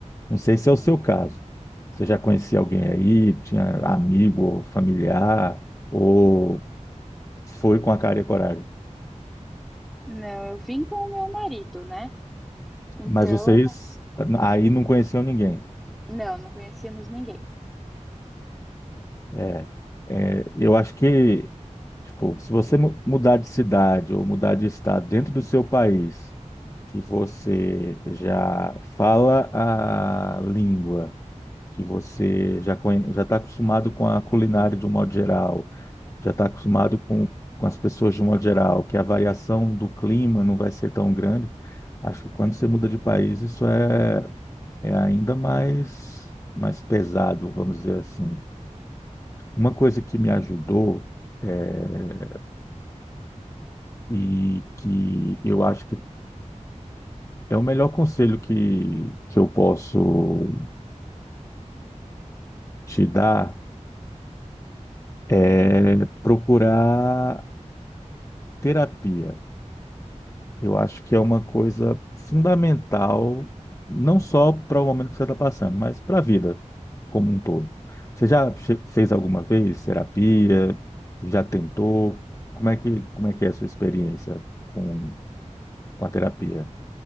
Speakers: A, on the left (about 25°); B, in the centre.
A: Não sei se é o seu
B: Hum,
A: caso. Você já conhecia alguém aí, tinha amigo, ou familiar, ou foi com a cara e a coragem.
B: Não, eu vim com o meu marido, né? Então,
A: Mas vocês aí não conheciam ninguém.
B: não, não conhecíamos ninguém.
A: É, é, eu acho que, tipo, se você mu- mudar de cidade ou mudar de estado dentro do seu país, que você já fala a língua que você já conhe... já está acostumado com a culinária de um modo geral, já está acostumado com, com as pessoas de um modo geral, que a variação do clima não vai ser tão grande. Acho que quando você muda de país, isso é, é ainda mais, mais pesado, vamos dizer assim. Uma coisa que me ajudou eh, e que eu acho que é o melhor conselho que, que eu posso te dar é procurar terapia Eu acho que é uma coisa fundamental, não só para o momento que você está passando, mas para a vida como um todo. Você já che- fez alguma vez terapia? Já tentou? Como é que, como é que é a sua experiência com, com a terapia?